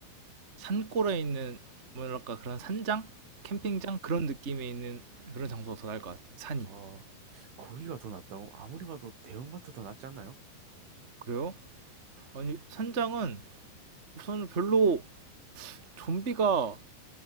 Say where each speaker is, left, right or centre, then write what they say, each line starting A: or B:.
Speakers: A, on the right (about 25°); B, on the right (about 80°).
A: 산골에 있는 뭐랄까 그런 산장? 캠핑장? 그런 느낌이 있는 그런 장소가 더 나을 것 같아요. 산이.
B: 어, 어, 거기가 더 낫다고? 아무리 봐도 대형마트 더 낫지 않나요?
A: 그래요? 아니 산장은 우선 별로 좀비가